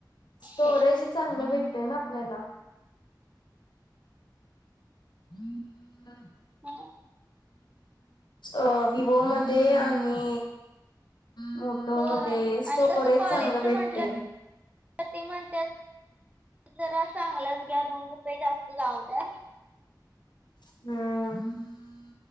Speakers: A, on the left (about 75°); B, on the right (about 20°).
A: स्टोरेज
B: घे
A: चांगलं भेटते ना आपल्याला. <unintelligible>
B: हो <unintelligible>
A: अ विवोमध्ये आणि मोटो
B: होय
A: मध्ये स्टोरेज
B: आणि कसं कॉलेजच
A: चांगलं भेटते.
B: म्हंटलं ते म्हणतात जरा चांगलाच घ्या, दोन रुपये जास्त जाऊन द्या.
A: हम्म.